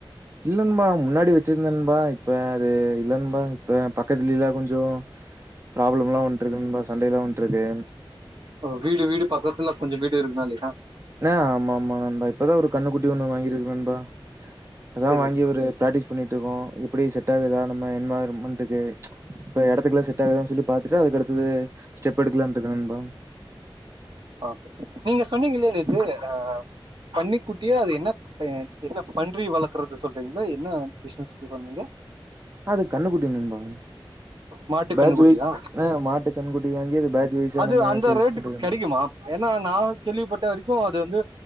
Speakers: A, on the right; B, on the right.
A: இல்ல ன்னபா முன்னாடி வச்சிருந்தேன் நண்பா இப்ப அது இல்ல ணன்பா இப்ப பக்கத்துல எல்லாம் கொஞ்சம் ப்ராப்ளம் எல்லாம் வந்துட்டு இருக்கு ண்பா சண்டேல வந்துட்டு இருக்கு
B: வீடு வீடு பக்கத்துல கொஞ்ச வீட் <unintelligible> லேட்டா
A: நெ ஆமா ஆமா நண்பா இப்பதான் ஒரு கண்ணுக்குட்டி ஒண்ணு வாங்கியிர்க்ண்பா அதான்
B: சரி.
A: வாங்கி ஒரு பிராக்டிஸ் பண்ணிட்டு இருகோ எப்படி செட் ஆகுதா நம்ம என்வாய்ர்ன்மெண் <unintelligible> இப்ப இடத் இதுக்களாம் செட் ஆகுதானு சொல்லி பாத்துட்டுப் அதுக்கடுத்தது ஸ்டெப் எடுக்கலான்றிக்கே நண்பா
B: ஓகே நீங்க சொன்னீங்கள்ள நேத் து அஹ் பண்ணி குட்டியே அது என்ன என்ன பன்றி வளக்கறது சொல்றீங்களா என்ன பிசினஸ் பண்ணீங்க
A: அது கண்ணுக்குட்டி நண்பா
B: மாட்டு
A: பேட்ச்
B: கன்னு குட்டியா
A: வைஸ் ஆ மாட்டு கன்னுக்குட்டி வாங்கி அது பேட்ச் வைஸா
B: அது
A: நம்ம
B: அந்த
A: சேல்ஸ்
B: ரேட்டுக்கு
A: பண்றது நண்பா.
B: கெடைக்குமா ஏன்னா நான் கேள்விப்பட்ட வரைக்கும் இது வந்து